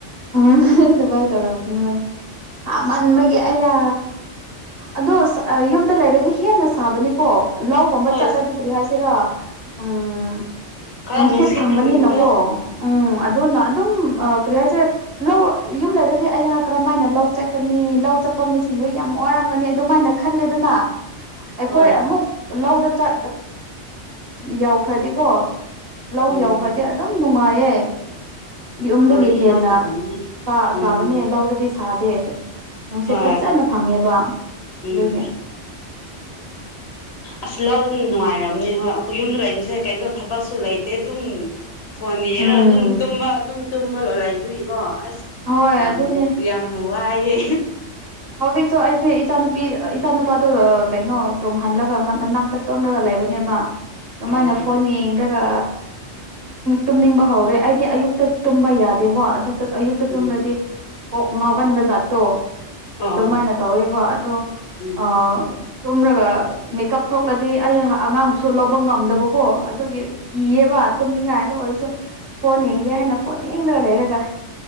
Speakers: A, on the right; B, on the left.
A: ꯎꯝ ꯑꯗꯨꯕꯥꯥꯏ ꯇꯧꯔꯕꯅꯤ ꯍꯣꯏ ꯍꯥ ꯃꯟꯕꯒꯤ ꯑꯌꯥ ꯑꯗꯣ ꯌꯨꯝꯗ ꯂꯩꯔꯗꯤ ꯍꯦꯟꯅ ꯁꯥꯕꯅꯤ ꯀꯣ ꯂꯧꯒꯨꯝꯕ
B: ꯍꯣꯏ
A: ꯆꯠꯂꯗꯤ ꯀꯔꯤ ꯍꯥꯏꯁꯤꯔꯥ ꯎꯝ
B: ꯈꯔ
A: ꯅꯨꯡꯁꯤꯠ ꯐꯪꯕꯅꯤꯅ
B: ꯐꯪꯕꯗꯣ
A: ꯀꯣ ꯎꯝ ꯑꯗꯨꯅ ꯑꯗꯨꯝ ꯀ꯭ꯔꯤꯌꯥꯁꯦ ꯂꯧ ꯌꯨꯝ ꯂꯩꯔꯗꯤ ꯑꯩꯍꯥꯛ ꯀꯔꯝꯃ ꯍꯥꯏꯅ ꯂꯧ ꯆꯠꯀꯅꯤ ꯂꯧ ꯆꯠꯄ ꯃꯤꯁꯤꯡꯗꯣ ꯌꯥꯝ ꯋꯥꯔꯝꯒꯅꯤ ꯑꯗꯨꯃꯥꯏꯅ ꯅ ꯈꯜꯂꯦꯗꯅ ꯑꯩꯈꯣꯏ
B: ꯍꯣꯏ
A: ꯑꯃꯨꯛ ꯂꯧꯗ ꯆ ꯌꯧꯈ꯭ꯔꯗꯤꯀꯣ ꯂꯧ
B: ꯎꯝ
A: ꯌꯧꯈ꯭ꯔꯗꯤ ꯑꯗꯨꯝ ꯅꯨꯡꯉꯥꯏꯌꯦ ꯌꯨꯝꯗꯒꯤ
B: ꯍꯣꯏ ꯑꯗꯨꯃꯥꯏꯅ
A: ꯍꯦꯟꯅ
B: ꯇꯧꯔꯝꯅꯤ
A: ꯁꯥ
B: ꯎꯝ
A: ꯁꯥꯕꯅꯦ ꯂꯧꯗꯗꯤ ꯁꯥꯗꯦ ꯅꯨꯡꯁꯤꯠ
B: ꯍꯣꯏ
A: ꯐꯖꯅ ꯐꯪꯉꯦꯕ
B: ꯎꯝ
A: ꯑꯗꯨꯒꯤ
B: ꯑꯁ ꯂ ꯑꯗꯨꯝ ꯅꯨꯡꯉꯥꯏꯔꯝꯅꯤ ꯍꯣꯏ ꯑꯩꯈꯣꯏ ꯌꯨꯝꯗ ꯂꯩꯔꯤꯁꯦ ꯀꯩꯅꯣ ꯊꯕꯛꯁꯨ ꯂꯩꯇꯦ ꯑꯗꯨꯝ ꯐꯣꯟꯅꯤꯅ
A: ꯎꯝ
B: ꯑꯗꯨꯝ ꯇꯨꯝꯕ ꯑꯗꯨꯝ ꯇꯨꯝꯕ ꯂꯣ ꯂꯩꯕꯒꯤꯀꯣ ꯑꯁ
A: ꯍꯣꯏ
B: ꯌꯥꯝꯃ
A: ꯑꯗꯨꯅꯦ
B: ꯌꯥꯝꯃꯨ ꯋꯥꯏꯦ
A: ꯍꯧꯖꯤꯛꯁꯨ ꯑꯩꯁꯦ ꯏꯆꯥꯅꯨꯄꯤ ꯏꯆꯥꯅꯨꯄꯥꯗꯣ ꯀꯩꯅꯣ ꯇꯨꯝꯍꯜꯂꯒ ꯃꯅꯥꯛꯇ ꯇꯨꯝꯂꯒ ꯂꯩ ꯍꯥꯏꯕꯅꯦꯕ ꯑꯗꯨꯃꯥꯏꯅ
B: ꯑꯣ
A: ꯐꯣꯟ ꯌꯦꯡꯗ꯭ꯔꯒ ꯇꯨꯝꯅꯤꯡꯕ ꯍꯧꯔꯦ ꯑꯩꯗꯤ ꯑꯌꯨꯛꯇ ꯇꯨꯝꯕ ꯌꯥꯗꯦꯕꯣ ꯑꯗꯨ ꯑꯌꯨꯛꯇ
B: ꯎꯝ
A: ꯇꯨꯝꯔꯗꯤ ꯀꯣꯛ ꯉꯥꯎꯒꯟꯕ ꯖꯥꯠꯇꯣ
B: ꯑꯣ
A: ꯑꯗꯨꯃꯥꯏꯅ ꯇꯧꯋꯦꯕ ꯑꯗꯣ
B: ꯎꯝ
A: ꯑ ꯇꯨꯝꯔꯒ ꯃꯦꯀꯞ ꯊꯣꯛꯂꯗꯤ ꯑꯩ ꯑꯉꯥꯡꯕꯁꯨ ꯂꯧꯕ ꯉꯝꯗꯕꯀꯣ ꯑꯗꯨꯒꯤ ꯀꯤꯌꯦꯕ ꯇꯨꯝꯅꯤꯡꯉꯥꯏ ꯑꯗꯨ ꯑꯣꯏꯔꯁꯨ ꯐꯣꯟ ꯌꯦꯡꯒꯦ ꯍꯥꯏꯅ ꯐꯣꯟ ꯌꯦꯡꯂꯒ ꯂꯩꯔꯒ